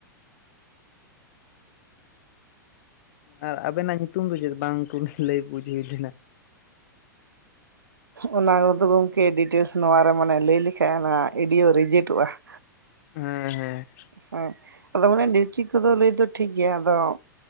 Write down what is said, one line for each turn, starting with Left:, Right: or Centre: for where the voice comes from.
Left: ᱟᱨ ᱟᱵᱮᱱᱟᱜ ᱧᱩᱛᱩᱢ ᱫᱚ ᱪᱮᱫ ᱵᱟᱝ ᱠᱩᱞᱤ ᱞᱟᱹᱭ ᱵᱩᱡ ᱦᱩᱭ ᱞᱮᱱᱟ?
Right: ᱚᱱᱟ ᱠᱚᱫᱚ ᱜᱚᱝᱠᱮ ᱰᱤᱴᱮᱞᱥ ᱱᱚᱣᱟᱮ ᱢᱟᱱᱮ ᱞᱟᱹᱭ ᱞᱮᱠᱷᱟᱡ ᱚᱱᱟ ᱮᱰᱤᱭᱳ ᱨᱮᱡᱮᱴᱚᱜᱼᱟ ᱾
Left: ᱦᱮᱸ ᱦᱮᱸ ᱾
Right: ᱦᱮᱸ ᱟᱫᱚ ᱢᱟᱱᱮ ᱰᱤᱥᱴᱨᱤᱠ ᱠᱚᱫᱚ ᱞᱟᱹᱭ ᱫᱚ ᱴᱷᱤᱠ ᱜᱮᱭᱟ ᱟᱫᱚ